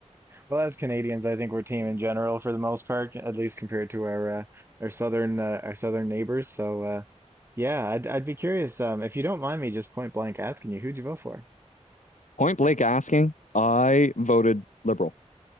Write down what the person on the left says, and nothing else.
<laughs> Point blank asking, I voted liberal.